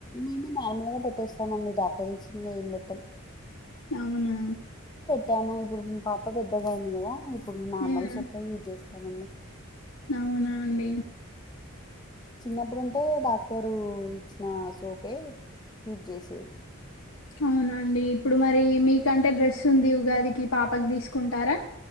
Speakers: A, on the left; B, on the left.
A: మేము నార్మల్ గా పెట్టేస్తామండి డాక్టర్ ఇచ్చింది ఏం పెట్టం
B: అవునా
A: తనేమో ఇప్పుడు పాప పెద్దగా అయింది కదా ఇప్పుడు నార్మల్
B: ఉమ్
A: సొప్ యూజ్ చేస్తామండి
B: అవునా అండి
A: చిన్నప్పుడంటే డాక్టరు ఇచ్చిన సోపే ఫీడ్ చేసేది
B: అవునండి ఇప్పుడు మరి మీకంటే డ్రెస్ ఉంది ఉగాదికి పాపకి తీసుకుంటారా